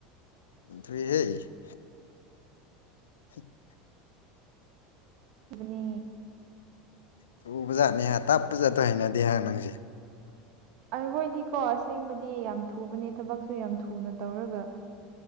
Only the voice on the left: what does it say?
<unintelligible> <unintelligible>
ꯊꯔꯨꯕ ꯖꯥꯠꯅꯦ ꯇꯥꯞꯄ ꯖꯥꯠꯇꯣ ꯍꯩꯅꯗꯦ ꯍꯥꯏ ꯅꯪꯁꯦ